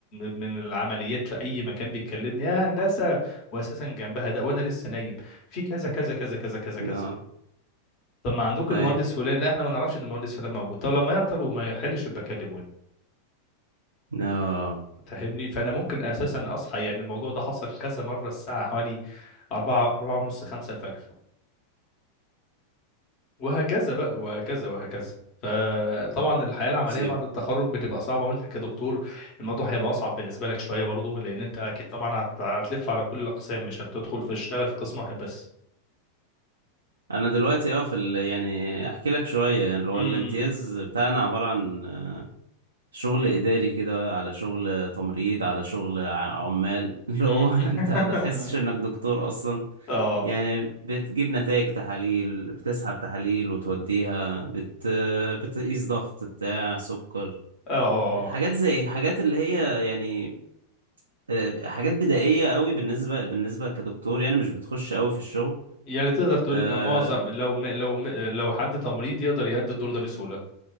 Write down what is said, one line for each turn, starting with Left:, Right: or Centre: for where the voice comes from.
Left: من العمليات في اي مكان بيكلمني يا هندسه واساسا جنبها ده وانا لسه نايم في كذا كذا كذا كذا كذا كذا
Right: اه
Left: طب ما عندكم
Right: اي
Left: المهندس فلان لا احنا ما نعرفش ان المهندس فلان موجود طب لما يعطل وما يحلش يبقى كلموني
Right: اه
Left: فاهمني فانا ممكن اساسا اصحى يعني الموضوع ده حصل كذا مره الساعه حوالي 4 4 ونص 5 الفجر وهكذا بقى وهكذا وهكذا فطبعا الحياة العملية
Right: مصيبة
Left: بعد التخرج بتبقى صعبة وانت كدكتور الموضوع هيبقى اصعب بالنسبة لك شوية برضو لان انت اكيد طبعا هت- هتلف على كل الاقسام مش هتدخل في تشتغل في قسم واحد بس
Right: انا دلوقتي اه في ال... يعني احكي لك شوية يعني اللي هو
Left: امم
Right: الامتياز بتاعنا عبارة عن شغل إداري كده على شغل تمريض على شغل ع- عمال <laughs> اللي
Left: <laughs>
Right: هو أنت ما تحسش
Left: اه
Right: إنك دكتور أصلا
Left: اه
Right: يعني بتجيب نتائج تحاليل بتسحب تحاليل وتوديها بت... بتقيس ضغط بتاع سكر
Left: اه آه.
Right: حاجات زي حاجات اللي هي يعني آه، حاجات بدائية قوي بالنسبة بالنسبة كدكتور يعني مش بتخش قوي في الشغل
Left: يعني تقدر تقول
Right: آه،
Left: ان معظم لو م... لو م... لو حد تمريض يقدر يأدي الدور ده بسهولة